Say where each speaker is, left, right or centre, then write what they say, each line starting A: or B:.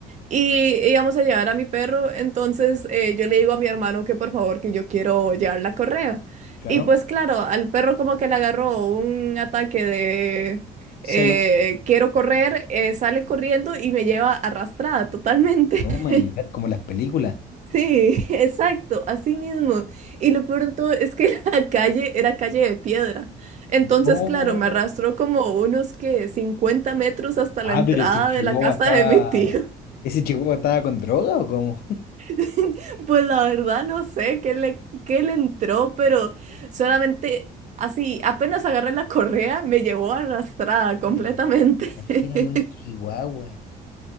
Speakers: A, on the right; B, on the left.
A: y íbamos a llevar a mi perro. Entonces eh, yo le digo a mi hermano que por favor que yo quiero llevar la correa.
B: Claro.
A: Y pues claro, al perro como que le agarró un ataque
B: Celos.
A: eh, quiero correr, eh, sale corriendo y me lleva arrastrada totalmente.
B: No,
A: <laughs>
B: my God, como las películas.
A: Sí, exacto, así mismo. Y lo peor de todo es que <laughs> la calle era calle de piedra. Entonces,
B: No.
A: claro, me arrastró como unos que 50 metros hasta
B: Ah,
A: la entrada
B: pero ese chihuahua
A: de la casa
B: estaba.
A: de mi tío.
B: ¿Ese chihuahua estaba con droga o cómo?
A: <laughs> Pues la verdad no sé qué le, qué le entró, pero solamente así, apenas agarré la correa, me llevó arrastrada completamente.
B: Me- Imagínate
A: <laughs>
B: un chihuahua.